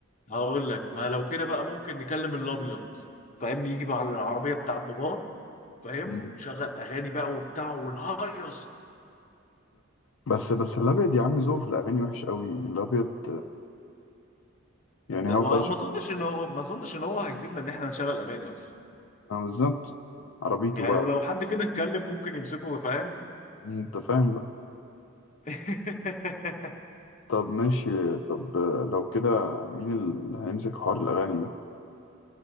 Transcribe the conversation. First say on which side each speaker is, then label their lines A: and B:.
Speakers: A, on the left; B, on the left.
A: هقول لك ما لو كده بقى ممكن نكلم الأبيض فاهم يجي بقى على العربية بتاعت باباه فاهم
B: امم
A: ونشغل أغاني بقى وبتاع ونهيص
B: بس بس الابيض يا عم ذوقه في الاغاني وحش قوي يعني الابيض يعني
A: ما
B: هو بقى شغال
A: أظنش إن هو ما أظنش إن هو هيسيبنا إن إحنا نشغل أغاني أصلا
B: اه بالظبط عربيته
A: يعني
B: بقى
A: ولو حد فينا اتكلم ممكن يمسكه فاهم
B: انت فاهم بقى
A: <laughs>
B: طب ماشي طب لو كده مين اللي هيمسك حوار الأغاني ده